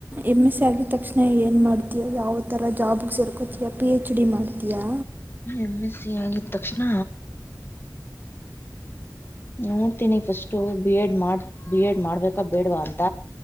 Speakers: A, on the right (about 25°); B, on the left (about 30°).
A: ಎಮ್ ಎಸ್ ಸಿ ಆಗಿದ ತಕ್ಷಣ ಏನು ಮಾಡ್ತೀಯ ಯಾವ ಥರ ಜಾಬಗೆ ಸರ್ಕೋತ ಯ ಪಿ ಹೆಚ್ ಡಿ ಮಾಡ್ತೀಯಾ
B: ಎಮ್ ಎಸ್ ಸಿ ಆಗಿದ ತಕ್ಷಣ ನೋಡ್ತೀನಿ ಫಿರ್ಸ್ಟ್ ಬಿ ಎಡ್ ಮಾಡ ಬಿ ಎಡ್ ಮಾಡ್ಬೇಕ ಬೇಡವಾ ಅಂತ